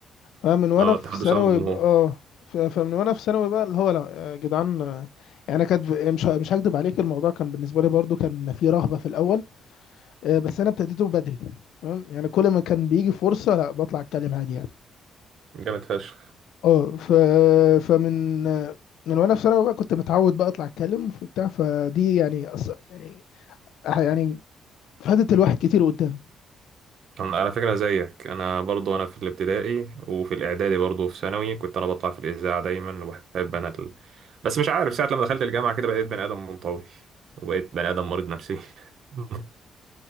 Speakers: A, on the left; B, on the right.
A: اه من وانا
B: اه
A: في
B: التحدث
A: ثانوي
B: امام الجمهور
A: ب- اه ف- فمن وانا في ثانوي بقى اللي هو لا يا جدعان آه، يعني كانت مش ه- مش هكدب عليك الموضوع كان بالنسبه لي برضو كان فيه رهبه في الاول آه، بس انا ابتديته بدري فاهم يعني كل ما كان بيجي فرصه لا بطلع اتكلم عادي يعني
B: جامد فشخ
A: اه ف فمن آه، من وانا في ثانوي بقى كنت متعود بقى اطلع اتكلم وبتاع فدي يعني أص... يعني أح- يعني فادت الواحد كتير قدام
B: انا على فكره زيك انا برضو انا في الابتدائي وفي الاعدادي برضو في ثانوي كنت انا بطلع في الاذاعه دايما وبحب انا ال... بس مش عارف ساعه لما دخلت الجامعه كده بقيت بني ادم منطوي وبقيت بني ادم مريض نفسي <laughs>